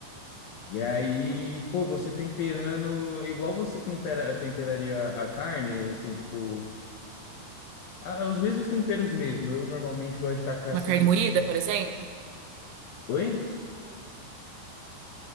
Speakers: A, on the left; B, on the right.
A: E aí, pô, você temperando igual você tempera, temperaria a carne, assim, tipo, ah, os mesmos temperos mesmo. Eu normalmente gosto de tacar
B: Uma
A: assim.
B: carne moída,
A: um-
B: por exemplo.
A: Oi?